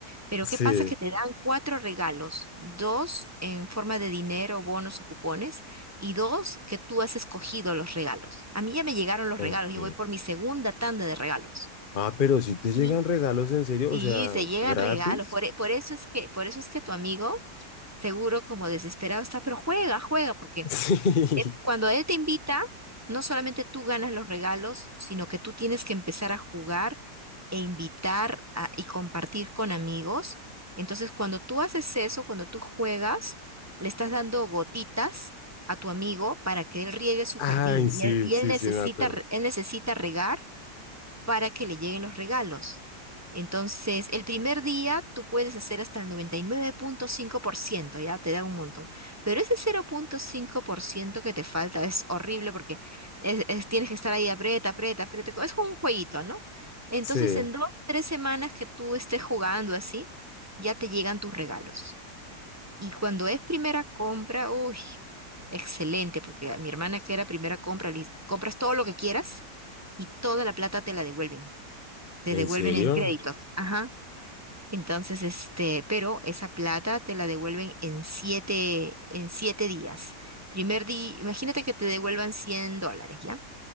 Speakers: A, on the right; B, on the left.
A: Pero
B: Sí,
A: ¿qué pasa? Que te dan cuatro regalos, dos en forma de dinero, bonos o cupones y dos, que tú has escogido los regalos. A mí ya me llegaron los
B: ok.
A: regalos, yo voy por mi segunda tanda de regalos.
B: Ah, pero si te
A: Y
B: llegan regalos en serio,
A: sí,
B: o sea,
A: se llegan
B: gratis.
A: regalos, por, e- por eso es que, por eso es que tu amigo, seguro como desesperado está, pero juega, juega, porque
B: <laughs>
A: eh, Cuando
B: Sí.
A: él te invita, no solamente tú ganas los regalos, sino que tú tienes que empezar a jugar e invitar a- y compartir con amigos. Entonces, cuando tú haces eso, cuando tú juegas, le estás dando gotitas a tu amigo para que él riegue su
B: Ay,
A: jardín
B: sí,
A: y él, y
B: sí,
A: él necesita,
B: sí, me acuerdo.
A: re- él necesita regar para que le lleguen los regalos. Entonces, el primer día tú puedes hacer hasta el noventa y nueve punto cinco por ciento, ya te da un montón. Pero ese cero punto cinco por ciento que te falta es horrible porque es- es- tienes que estar ahí aprieta, aprieta, aprieta. Es como un jueguito, ¿no? Entonces,
B: Sí.
A: en dos, tres semanas que tú estés jugando así, ya te llegan tus regalos. Y cuando es primera compra, uy, excelente, porque a mi hermana que era primera compra, le dice, compras todo lo que quieras y toda la plata te la devuelven te
B: ¿En
A: devuelven
B: serio?
A: en créditos. Ajá. Entonces, este, pero esa plata te la devuelven en siete, en siete días. Primer día, imagínate que te devuelvan 100 dólares, ¿ya?